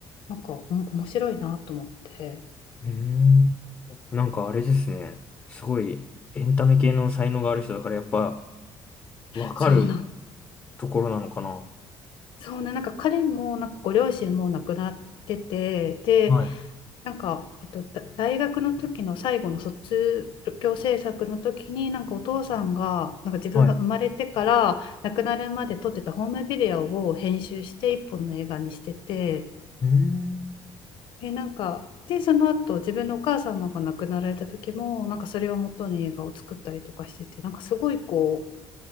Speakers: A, on the left; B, on the left.
A: う、なんかお面白いなと思って。
B: うーん。なんかあれですね。すごいエンタメ系の才能がある人だからやっぱわかる
A: そうなん、
B: ところなのかな。
A: そうねなんか彼もなんかご両親も亡くなってて、で、
B: はい。
A: なんか、えっと、だ大学の時の最後の卒業制作の時になんかお父さんがなんか自分が生まれてから亡くなるまで撮ってたホームビデオを編集して一本の映画にしてて
B: はい。うーん。
A: でなんかでその後自分のお母様が亡くなられた時もなんかそれを元に映画を作ったりとかしててなんかすごいこう